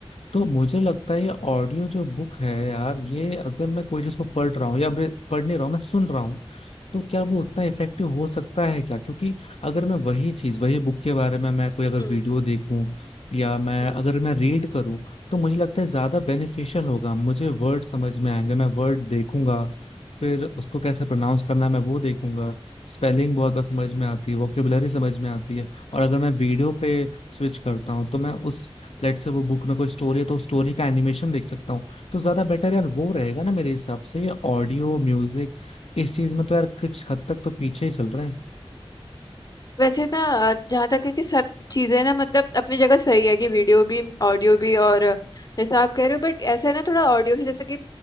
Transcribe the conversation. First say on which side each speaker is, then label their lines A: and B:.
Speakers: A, on the left; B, on the left.
A: तो मुझे लगता है ये ऑडियो जो बुक है यार ये अगर मैं कोई चीज को पढ़ रहा हूँ या मैं पढ़ नहीं रहा हूँ मैं सुन रहा हूँ तो क्या वो उतना इफेक्टिव हो सकता है क्या क्योंकि अगर मैं वही चीज वही बुक के बारे में मैं कोई अगर
B: हम्म
A: वीडियो देखूं या मैं
B: हम्म
A: अगर मैं रीड करूं तो मुझे लगता है ज्यादा बेनिफिशियल होगा मुझे वर्ड समझ में आएंगे मैं वर्ड देखूंगा फिर उसको कैसे प्रोनाउंस करना है मैं वो देखूंगा स्पेलिंग बहुत बार समझ में आती है वोकेबुलरी समझ में आती है और अगर मैं वीडियो पे स्विच करता हूँ तो मैं उस
B: हम्म।
A: लेट से वो बुक में कोई स्टोरी है तो स्टोरी का एनिमेशन देख सकता हूँ तो ज्यादा बेटर यार वो रहेगा ना मेरे हिसाब से ये ऑडियो म्यूजिक इस चीज में तो यार कुछ हद तक तो पीछे ही चल रहे हैं
B: वैसे ना जहाँ तक है कि सब चीज़ें ना मतलब अपनी जगह सही है कि वीडियो भी ऑडियो भी और अ, जैसा आप कह रहे हो बट ऐसा है ना थोड़ा ऑडियो से जैसे कि